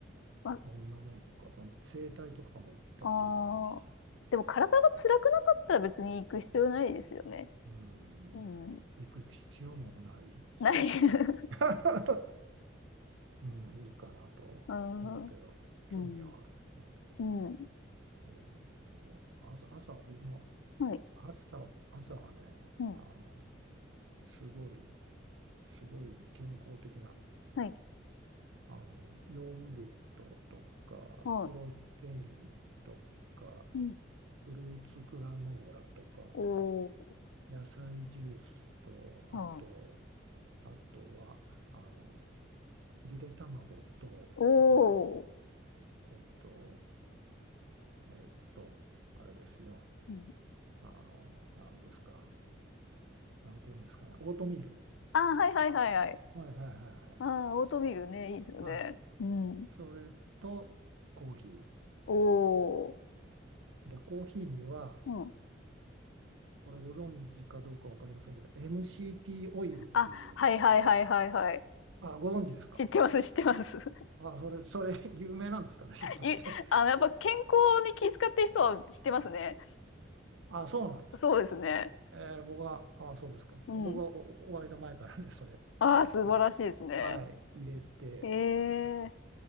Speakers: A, on the left; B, on the right.
A: ま、
B: どんなもんか、その整体とかも行ったこともないし、
A: ああ、でも体が辛くなかったら別に行く必要ないですよね。
B: うん、
A: うん。
B: 行く必要もない
A: ない。
B: し、
A: <laughs>
B: <laughs> うん、いいかなと思うけど、
A: うん。うん。
B: 興味はあるな。興味
A: うん。
B: えーそうなんです。朝、朝は僕も
A: はい。
B: 朝、朝はね、
A: うん。
B: あの、すごい、すごい健康的な、
A: はい。
B: あの、ヨーグルトとか、
A: はい。
B: プロテインとか、
A: うん。
B: フルーツグラノーラとか、
A: おー。
B: 野菜ジュースと、
A: ああ。
B: あと、あとは、あの、ゆで卵と、
A: おお。
B: から、えっと、えっと、あれですよ。
A: うん。
B: あの、なんですか。なんていうんですかね。オートミール。
A: ああ、はいはいはいはい。
B: はいはいはい
A: ああ、オートミールね、いいですよね。
B: はい。はい。
A: うん。
B: それと、コーヒ
A: おお。
B: ー。で、コーヒーには、
A: うん。
B: これご存知かどうかわかりませんけど、MCT オイルっていう、
A: あ、はいはいはいはいはい。
B: あ、ご存知ですか
A: 知ってます、知ってます。<laughs>
B: あ、それ、それ、<laughs> 有名なんですかね、ひょっとして。
A: い、あの、やっぱ健康に気遣ってる人は知ってますね。
B: あ、そうなんですか。
A: そうですね。
B: えー僕は、あ、そうですか。
A: うん。
B: 僕はお終わりの前からね、それ
A: ああ、素晴らしいですね。
B: を、はい、入れて
A: ええ